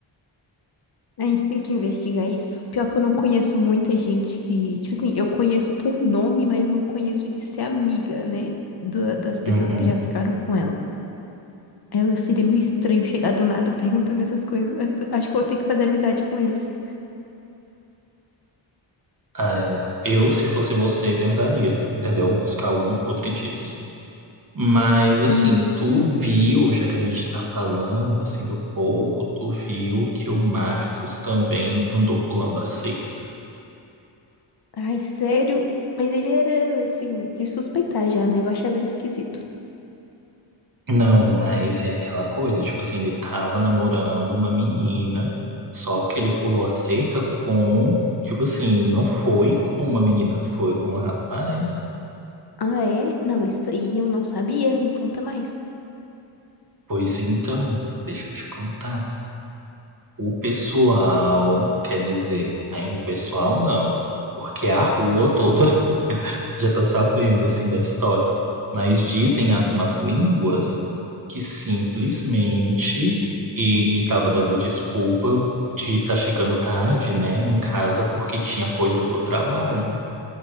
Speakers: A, on the left; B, on the right.
A: A gente tem que investigar isso. Pior que eu não conheço muita gente que. Tipo assim, eu conheço por nome, mas não conheço de ser amiga, né? da- das pessoas
B: Uhum.
A: que já ficaram com ela. Eu seria meio estranho chegar do nada perguntando essas coisas. Eu Acho que eu vou ter que fazer amizade com eles.
B: Ah, é. eu, se fosse você, tentaria, entendeu? Buscar algum podre disso. Mas, assim,
A: Uhum.
B: tu viu, já que a gente tá falando, assim, do povo, tu viu que o Marcos também andou pulando a cerca.
A: Ai, sério? Mas ele era, assim, de suspeitar já, né? Eu achava ele esquisito.
B: Não, mas é aquela coisa, tipo assim, ele tava namorando uma menina, só que ele pulou a cerca com, tipo assim, não foi com uma menina, foi com um rapaz.
A: Ah, é? Não, isso aí eu não sabia. Me conta mais.
B: Pois então, deixa eu te contar. O pessoal, quer dizer, né, o pessoal não, porque a rua toda já está sabendo assim da história. Mas dizem as más línguas que simplesmente ele estava dando desculpa de estar chegando tarde, né, em casa porque tinha coisa do trabalho.